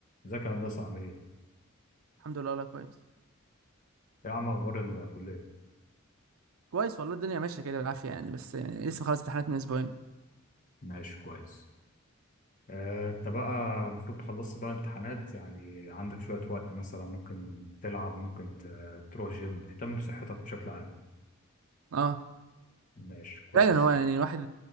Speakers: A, on the left; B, on the right.
A: ازيك يا هندسة عامل ايه؟ ايه
B: الحمد لله والله كويس
A: يا عم اخبار الكلية؟
B: كويس والله الدنيا ماشيه كده بالعافيه يعني بس يعني لسه خلاص امتحانات من اسبوعين
A: ماشي كويس آه، انت بقى المفروض خلصت بقى امتحانات يعني عندك شوية وقت مثلا ممكن تلعب ممكن ت- تروح جيم بتهتم بصحتك بشكل عام
B: اه
A: ماشي كويس
B: فعلا هو يعني الواحد